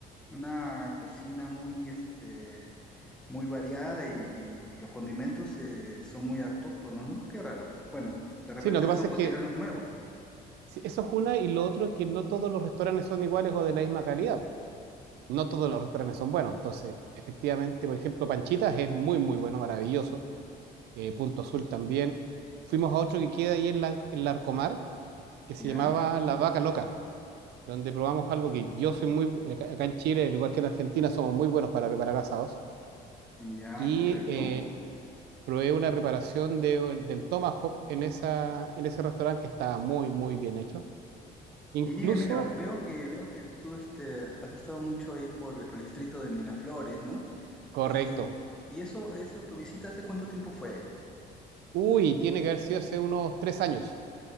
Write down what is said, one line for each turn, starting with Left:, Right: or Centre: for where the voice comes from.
Centre: una cocina muy, este, muy variada y, y los condimentos eh, son muy autóctonos, ¿no? Qué raro. Bueno, de repente
Right: Sí, lo que
Centre: son
Right: pasa
Centre: cocineros
Right: es que
Centre: nuevos,
Right: sí, eso es una y lo otro es que no todos los restaurantes son iguales o de la misma calidad. No todos los restaurantes son buenos. Entonces, efectivamente, por ejemplo, Panchitas es muy, muy bueno, maravilloso eh, Punto Azul también. Fuimos a otro que queda ahí en la, en la Arcomar, que se
Centre: ¿ya?
Right: llamaba La Vaca Loca, donde probamos algo que yo soy muy, acá en Chile, al igual que en Argentina, somos muy buenos para preparar asados.
Centre: Ya,
Right: Y
Centre: correcto.
Right: eh, probé una preparación de, del tomahawk en, esa, en ese restaurante que estaba muy, muy bien hecho. Incluso,
Centre: Y dime, mira, veo que veo que tú este has estado mucho ahí por, por el distrito de Miraflores, ¿no?
Right: correcto.
Centre: Y, y eso, eso, tu visita hace cuánto tiempo fue?
Right: Uy, tiene que haber sido hace unos tres años.